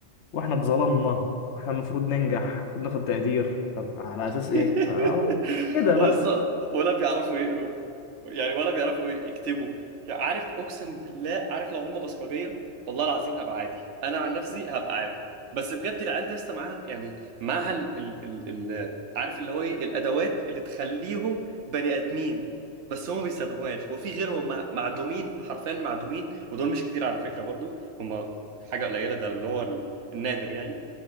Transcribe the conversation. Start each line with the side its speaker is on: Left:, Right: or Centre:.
Left: واحنا اتظلمنا واحنا المفروض ننجح وناخد تقدير طب على اساس
Right: <laughs>
Left: ايه اه كده
Right: ولسه
Left: بقى
Right: ولا بيعرفوا يقروا يعني ولا بيعرفوا يكتبوا يعني عارف اقسم بالله عارف لو هم بصمجيه والله العظيم هبقى عادي انا عن نفسي هبقى عادي بس بجد العيال دي اصلا معاها يعني معاها ال ال ال ال عارف اللي هو ايه الادوات اللي تخليهم بني ادمين بس هم ما بيستخدموهاش وفي غيرهم مع- معدومين حرفيا معدومين ودول مش كتير على فكره برضو هم حاجه قليله ده اللي هو ال- النادر يعني